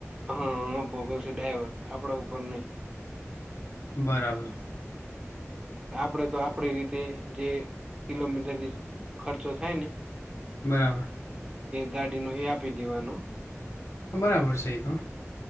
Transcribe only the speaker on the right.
હા હ ભોગવશે ડાઈવર આપડા ઉપર નહી
આપણેે તો આપડી રીતે જે કિલોમીટરથી ખર્ચો થાય ને
ગાડીનું એ આપી દેવાનું